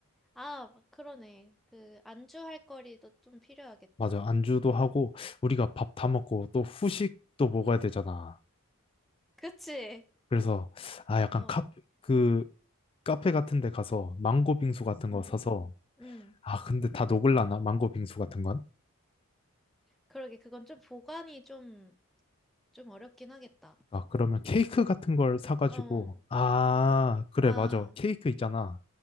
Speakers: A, in the centre; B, on the left (about 25°).
A: 아, 그러네. 그, 안주 할 거리도 좀 필요하겠다.
B: 맞아 안주도 하고 우리가
A: 어.
B: 밥 다 먹고 또 후식도 먹어야 되잖아.
A: 그치?
B: 그래서 아 약간
A: 어,
B: 카, 그 카페 같은 데 가서 망고 빙수 같은
A: 음,
B: 거 사서
A: 음.
B: 아 근데 다 녹을라나 망고 빙수 같은 건?
A: 그러게, 그건 좀 보관이 좀, 좀 어렵긴 하겠다.
B: 아 그러면 케이크 같은 걸 사가지고
A: 어,
B: 아 그래
A: 아,
B: 맞아 케이크 있잖아.